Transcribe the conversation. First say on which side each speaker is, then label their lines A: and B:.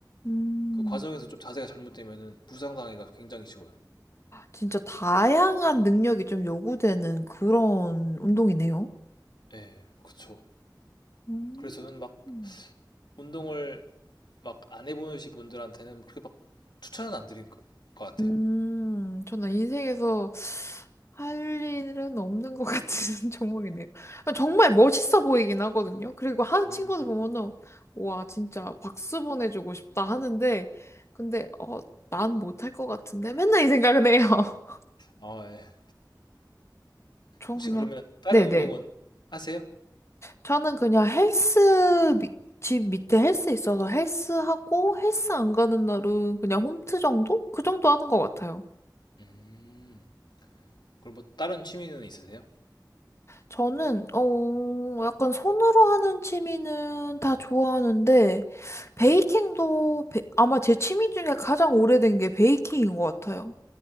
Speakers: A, on the left (about 40°); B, on the left (about 75°).
A: 음.
B: 그 과정에서 좀 자세가 잘못되면은 부상당해가 굉장히 쉬워요.
A: 진짜 다양한 능력이 좀 요구되는 그런 운동이네요.
B: 예, 그쵸.
A: 음.
B: 그래서 저는 막 운동을 막 안 해보신 분들한테는 그렇게 막 추천은 안 드릴 것 같아요.
A: 음, 저는 인생에서 할 일은 없는 것 같은 <laughs> 종목이네요. 정말 멋있어 보이긴 하거든요. 그리고 하는
B: 음.
A: 친구들 보면은, 와, 진짜 박수 보내주고 싶다 하는데, 근데, 어, 난 못할 것 같은데? 맨날 이 생각은 해요. <laughs>
B: 아, 예.
A: 전
B: 혹시
A: 그냥,
B: 그러면 다른
A: 네네.
B: 운동은 하세요?
A: 저는 그냥 헬스 미- 집 밑에 헬스 있어서 헬스하고 헬스 안 가는 날은 그냥 홈트 정도? 그 정도 하는 것 같아요.
B: 음. 그럼 뭐 다른 취미는 있으세요?
A: 저는 어 약간 손으로 하는 취미는 다 좋아하는데 베이킹도 베- 아마 제 취미 중에 가장 오래된 게 베이킹인 것 같아요.